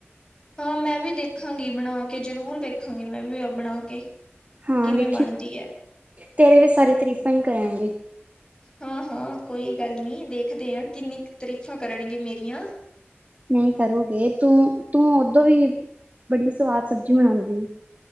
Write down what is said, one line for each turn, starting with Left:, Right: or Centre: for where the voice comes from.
Left: ਹਾਂ ਮੈਂ ਵੀ ਦੇਖਾਂਗੀ ਬਣਾ ਕੇ ਜ਼ਰੂਰ ਵੇਖਾਂਗੀ ਮੈਂ ਵੀ ਬਣਾ ਕੇ।
Right: ਹਾਂ
Left: ਕਿਵੇਂ
Right: ਵੇਖੀ
Left: ਬਣਦੀ ਐ।
Right: ਤੇਰੇ ਵੀ ਸਾਰੇ ਤਰੀਫਾਂ ਈ ਕਰਾਂਗੇ।
Left: ਹਾਂ ਹਾਂ ਕੋਈ ਗੱਲ ਨੀ ਦੇਖਦੇ ਆ। ਕਿੰਨੀ ਕੀ ਤਾਰੀਫ਼ਾਂ ਕਰਨਗੇ ਮੇਰੀਆਂ।
Right: ਨਹੀਂ ਕਰੂਗੇ ਤੂੰ- ਤੂੰ ਓਦੋਂ ਵੀ ਬੜੀ ਸਵਾਦ ਸਬਜ਼ੀ ਬਣਾਉਂਦੀ ਏ।